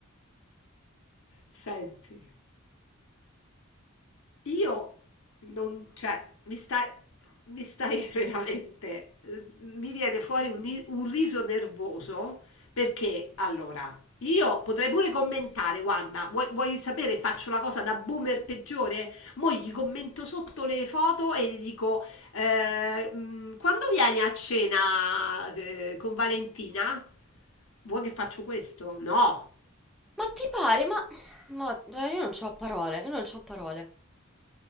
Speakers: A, on the left; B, in the centre.
A: Senti. Io non, cioè, mi stai, mi stai <laughs> veramente, s- mi viene fuori un, i- un riso nervoso perché allora io potrei pure commentare, guarda, vuoi, vuoi sapere, faccio la cosa da boomer peggiore? Mo' gli commento sotto le foto e gli dico, eh, mh, quando vieni a cena eh, con Valentina? Vuoi che faccio questo? No.
B: Ma ti pare? Ma, ma eh, io non c'ho parole, io non c'ho parole.